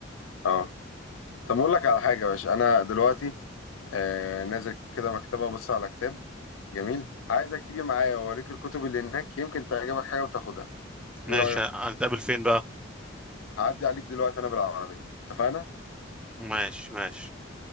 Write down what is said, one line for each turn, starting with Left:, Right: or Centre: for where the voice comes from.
Left: اه طب اقول لك على حاجه يا باشا انا دلوقتي آه نازل كده مكتبه ابص على كتاب جميل عايزك تيجي معايا واوريك الكتب اللي هناك يمكن تعجبك حاجه وتاخدها
Centre: ماشي
Left: ايه رايك
Centre: هنتقابل فين بقى
Left: هعدي عليك دلوقتي انا بالعربيه اتفقنا
Centre: ماشي ماشي